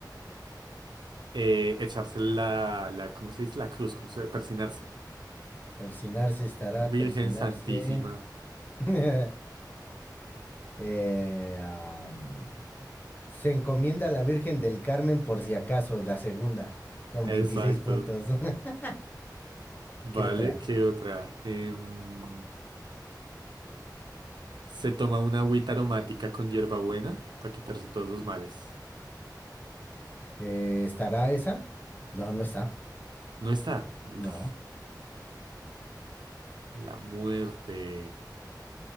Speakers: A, on the right (about 80°); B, on the left (about 25°).
A: Eh, echarse la, la, ¿cómo se dice? La cruz, ¿cómo se dice? Persinarse.
B: Persinarse estará,
A: Virgen
B: persinarse.
A: Santísima.
B: <laughs> Eh, am, se encomienda a la Virgen del Carmen por si acaso, la segunda, con
A: Exacto.
B: 26 puntos. <laughs>
A: Vale,
B: ¿Qué otra?
A: ¿qué otra? Em, Se toma una agüita aromática con hierbabuena para quitarse todos los males.
B: Eh, ¿estará esa? No, no está.
A: No está. Uf,
B: No.
A: la muerte.